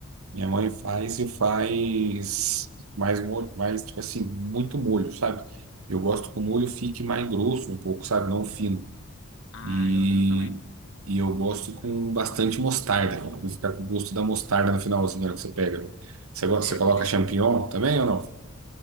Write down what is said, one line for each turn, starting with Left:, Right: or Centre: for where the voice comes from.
Right: Minha mãe faz e faz mais molho, mais, tipo assim, muito molho, sabe? Eu gosto que o molho fique mais grosso um pouco, sabe? Não fino.
Left: Ah,
Right: E,
Left: eu, eu também.
Right: e eu gosto com bastante mostarda, pra ficar com o gosto da mostarda no finalzinho, na hora que você pega. né? Você, gosta-
Left: É aquele.
Right: você coloca champignon também ou não?